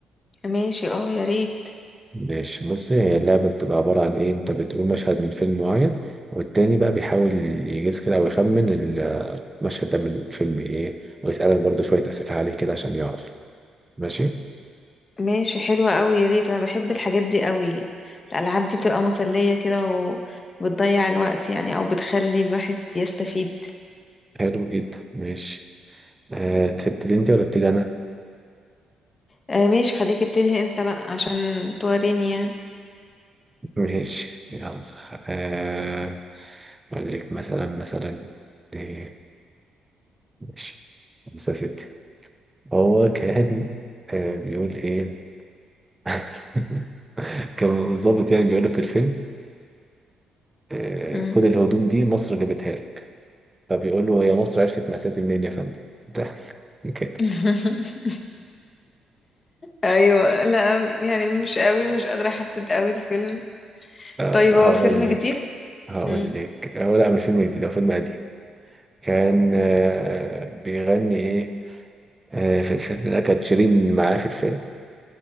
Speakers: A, on the left (about 30°); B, on the right (about 15°).
A: ماشي اه يا ريت
B: ماشي بصي هي اللعبه بتبقى عباره عن ايه انت بتقول مشهد من فيلم معين والتاني بقى بيحاول يجيز كده او يخمن المشهد ده من فيلم ايه ويسالك برضه شويه اسئله عليه كده عشان يعرف ماشي
A: ماشي حلوة قوي يا ريت انا بحب الحاجات دي قوي الالعاب دي بتبقى مسلية كده وبتضيع الوقت يعني او بتخلي الواحد يستفيد
B: حلو جدا ماشي أه تبتدي انت ولا ابتدي انا
A: آه ماشي خليك ابتدي انت بقى عشان توريني يعني
B: ماشي يلا آه، أقول لك مثلا مثلا إيه ماشي خمسة ستة هو كان آه، بيقول إيه <laughs> كان الضابط يعني بيقول له في الفيلم آه،
A: مم.
B: خد الهدوم دي مصر جابتها لك فبيقول له هي مصر عرفت مأساتي منين يا فندم <laughs> ده كده
A: <laughs> ايوه لا يعني مش قوي مش قادرة احدد قوي الفيلم
B: آه،
A: طيب
B: هقول
A: هو فيلم جديد
B: لك هقول
A: مم.
B: لك هو لا مش فيلم جديد هو فيلم قديم كان آه، بيغني إيه آه، في الفيلم ده كانت شيرين معاه في الفيلم